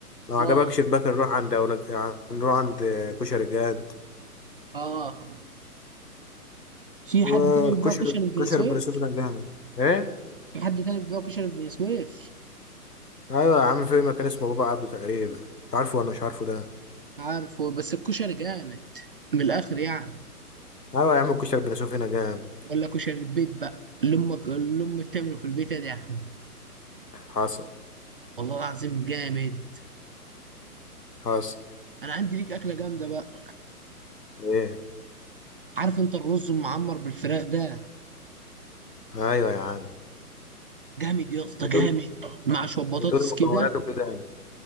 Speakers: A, on the left; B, on the right.
A: لو
B: اه
A: عجبكش البكري نروح عند أولاد يعني نروح عند كشري جاد
B: اه في
A: وكشري
B: حد تاني بيبيع كشري في
A: كشري
B: بني سويف
A: بن سويف جامد ايه
B: في حد تاني بيبيع كشري في بني سويف
A: ايوه يا عم في مكان اسمه بابا عبده تقريبا انت عارفه ولا مش عارفه ده
B: عارفه بس الكشري جامد من الاخر يعني
A: ايوه يا عم الكشري بن سويف هنا جامد
B: ولا كشري البيت بقى اللي امك اللي امي بتعمله في البيت يا دي يا احمد
A: حصل
B: والله العظيم جامد
A: حصل
B: انا عندي ليك اكله جامده بقى
A: ايه
B: عارف انت الرز المعمر بالفراخ ده
A: ايوه يا عم
B: جامد يا اسطى
A: بتقول
B: جامد مع شويه بطاطس
A: بتقول مكوناته
B: كده
A: كده يعني.